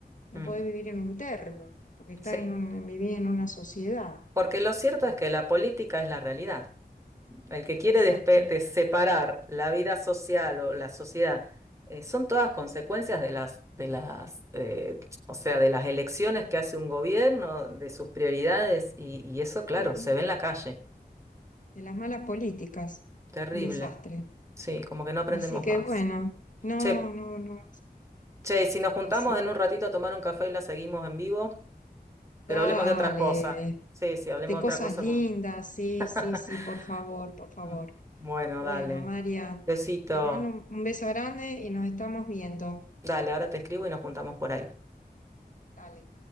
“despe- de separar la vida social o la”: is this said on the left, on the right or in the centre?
Right